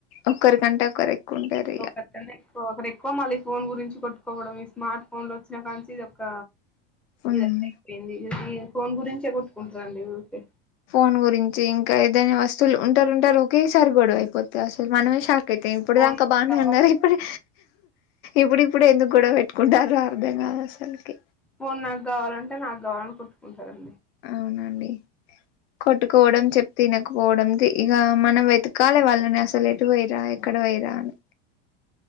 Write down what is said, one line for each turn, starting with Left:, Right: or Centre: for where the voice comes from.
Left: ఒకరి కంటే ఒకరు ఎక్కువ ఉంటారు ఇగ.
Centre: ఒకరికన్నా ఎక్కువ ఒకరు ఎక్కువ మళ్ళీ ఫోన్ గురించి కొట్టుకోవడం ఈ స్మార్ట్ ఫోన్ లో వచ్చినా కాంచి ఇది ఒక్క
Left: హ్మ్.
Centre: ఇది ఏంది ఇది ఫోన్ గురించే కొట్టుకుంటారండి ఊకే
Left: ఫోన్ గురించి ఇంకా ఏదైనా వస్తువులు ఉంటారుంటారు ఒకేసారి గొడవ అయిపోతే అసలు మనమే షాక్ అయితాం ఇప్పుడు
Centre: ఫోన్
Left: దాక
Centre: నాకు
Left: బాగానే
Centre: కావాలి
Left: ఉన్నారు ఇప్పుడు ఇప్పుడుప్పుడు ఎందుకు గొడ పెట్టుకుంటారో అర్ధం కాదు అసలుకి
Centre: ఫోన్ నాకు కావాలంటే నాకు కావాలని కుట్టుకుంటారండి
Left: అవునండి కొట్టుకోవడం చెప్తే వినకపోవడం ఇగ మనం వెతకాలి వాళ్ళని అసలు ఎటు పోయిరా ఎక్కడ పోయిరా అని.